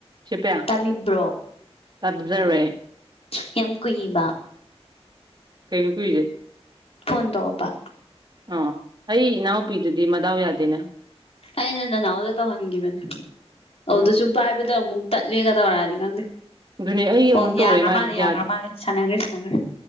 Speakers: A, on the right; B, on the left.
A: ꯁꯤꯄꯌꯥ
B: ꯇꯥꯕꯤꯕ꯭ꯔꯣ
A: ꯇꯞꯖꯔꯋꯦ
B: ꯑꯦꯦꯝ ꯀꯨꯤꯕꯥ
A: ꯀꯩꯅꯨ ꯀꯣꯏꯖꯦ
B: ꯐꯣꯟꯟ ꯇꯧꯕꯕ
A: ꯑ ꯑꯩ ꯏꯅꯥꯎꯄꯤꯗꯨꯗꯤ ꯃꯗꯥꯎ ꯌꯥꯗꯦꯅ
B: ꯑꯩꯅ ꯅꯅꯥꯎꯗ ꯇꯧꯍꯟꯈꯤꯕꯅꯦ ꯑꯗꯨꯗꯁꯨ
A: ꯎꯝ
B: ꯄꯥꯏꯕꯗ ꯑꯃꯨꯛ ꯇꯠꯂꯦꯒ ꯇꯧꯔꯛꯑꯗꯤ ꯈꯪꯗꯦ
A: ꯑꯗꯨꯅꯦ ꯑꯩ ꯑꯃꯨꯛ
B: ꯑꯣ
A: ꯇꯧꯔꯦ
B: ꯌꯥꯈ꯭ꯔ
A: ꯃꯥꯗꯤ
B: ꯃꯥꯜꯂꯦ
A: ꯌꯥꯗꯦ
B: ꯌꯥꯈ꯭ꯔ ꯃꯥꯜꯂꯦ ꯁꯥꯟꯅꯈ꯭ꯔꯦ ꯁꯥꯟꯅꯈ꯭ꯔꯦ